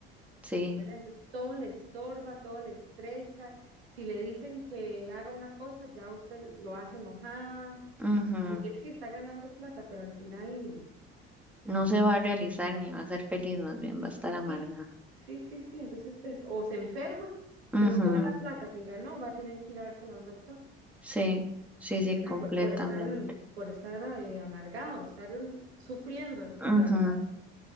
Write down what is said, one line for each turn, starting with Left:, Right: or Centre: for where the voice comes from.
Centre: sí.
Right: ¿verdad? Entonces todo le estorba, todo le estresa. Si le dicen que haga una cosa, ya usted lo hace enojada,
Centre: ujú,
Right: aunque sí está ganando plata, pero al final,
Centre: No se va a realizar ni va a ser feliz, más bien va a estar amargada.
Right: sí, sí, sí, sí. Entonces, es- o se enferma,
Centre: Ujú,
Right: entonces toda la plata que ganó va a tener que ir a dársela a un doctor.
Centre: Sí, sí, sí,
Right: ¿verdad?
Centre: completamente.
Right: Por, por estar, por estar eh, amargado, estar sufriendo en
Centre: Ujú,
Right: realidad.